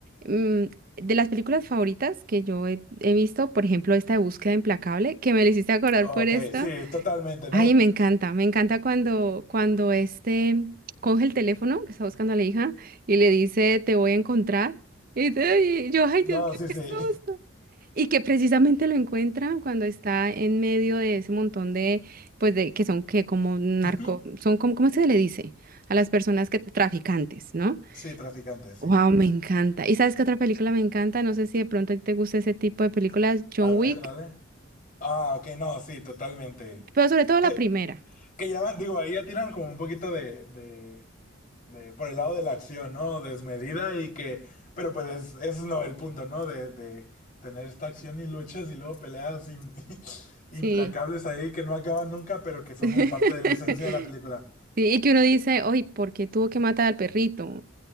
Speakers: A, on the right (about 45°); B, on the left (about 40°).
A: mm, de las películas favoritas que yo he, he visto, por ejemplo, esta de Búsqueda Implacable, que me la hiciste acordar
B: Ok,
A: por esta,
B: sí, totalmente, ¿no?
A: ay, me encanta, me encanta cuando, cuando este coge el teléfono que está buscando a la hija y le dice, te voy a encontrar, y, te- y yo, ay,
B: No,
A: Dios mío,
B: sí,
A: qué
B: sí.
A: susto. Y que precisamente lo encuentra cuando está en medio de ese montón de, pues de que son que como narco,
B: <laughs> Ujú.
A: son como, ¿cómo se le dice? A las personas que traficantes, ¿no?
B: Sí, traficante,
A: Wow,
B: sí.
A: me encanta. ¿Y sabes qué otra película me encanta? No sé si de pronto a ti te gusta ese tipo de películas, John
B: A ver,
A: Wick,
B: dale. Ah, ok, no, sí, totalmente.
A: pero sobre todo
B: Que
A: la primera.
B: Que ya van, digo, ahí ya tiran como un poquito de, de, de- por el lado de la acción, ¿no? Desmedida y que, pero pues es, es no el punto, ¿no? De, de tener esta acción y luchas y luego peleas in- <laughs> implacables
A: Sí.
B: ahí que no acaban nunca, pero que son
A: <laughs>
B: como parte de la esencia de la película.
A: Sí, y que uno dice, oye, ¿por qué tuvo que matar al perrito?